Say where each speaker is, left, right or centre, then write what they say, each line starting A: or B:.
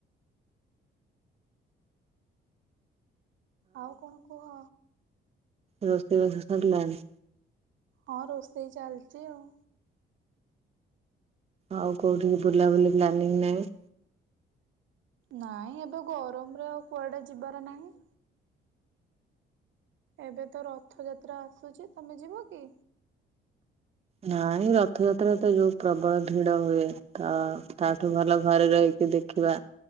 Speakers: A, on the right; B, on the right.
A: ଆଉ କଣ କୁହ।
B: ରୋଷେଇବାସ ସରିଲାଣି?
A: ହଁ ରୋଷେଇ ଚାଲିଛି ଆଉ।
B: ଆଉ କୋଉଠିକି ବୁଲାବୁଲି ପ୍ଲାନିଂ ନାହିଁ?
A: ନାଇଁ ଏବେ ଗରମରେ ଆଉ କୁଆଡେ ଯିବାର ନାହିଁ। ଏବେ ତ ରଥଯାତ୍ରା ଆସୁଛି ତମେ ଯିବ କି?
B: ନାଇଁ ରଥଯାତ୍ରା ତ ଯୋଉ ପ୍ରବଳ ଭିଡ ହୁଏ ତ ତାଠୁ ଭଲ ଘରେ ରହିକି ଦେଖିବା?